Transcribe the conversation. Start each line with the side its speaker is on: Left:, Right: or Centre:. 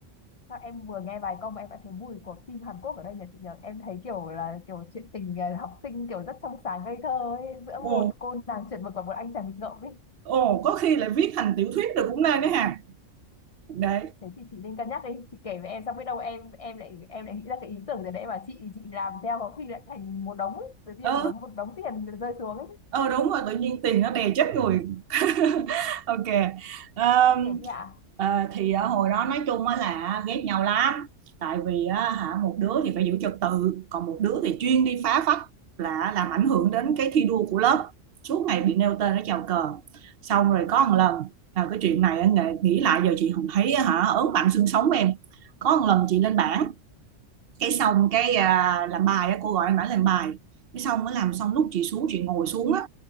Left: Sao em vừa nghe bài câu mà em đã thấy mùi của phim Hàn Quốc ở đây nhỉ chị nhỉ? Em thấy kiểu là kiểu chuyện tình à, học sinh kiểu rất trong sáng ngây thơ ấy, giữa một
Right: ồ
Left: cô nàng chuẩn mực và một anh chàng nghịch ngợm ấy.
Right: ồ có khi lại viết thành tiểu thuyết được cũng nên đấy hả đấy
Left: Thế thì chị nên cân nhắc đi, chị kể với em xong biết đâu em em lại em lại nghĩ ra cái ý tưởng rồi đấy mà chị chị làm theo có khi lại thành một đống ấy, tự nhiên
Right: ờ
Left: một đống một đống tiền rơi xuống ấy.
Right: ờ đúng rồi tự nhiên tiền nó đè chết người <laughs> ok Ờm,
Left: Chị kể đi ạ.
Right: ờ, thì ờ, hồi đó nói chung á là ghét nhau lắm tại vì á, hả một đứa thì phải giữ trật tự còn một đứa thì chuyên đi phá phách là làm ảnh hưởng đến cái thi đua của lớp suốt ngày bị nêu tên ở chào cờ xong rồi có một lần là cái chuyện này á, nghĩ nghĩ lại giờ chị không thấy á, hả ớn lạnh xương sống em có một lần chị lên bảng cái xong cái à, làm bài á cô gọi em bảo làm bài cái xong mới làm xong lúc chị xuống chị ngồi xuống á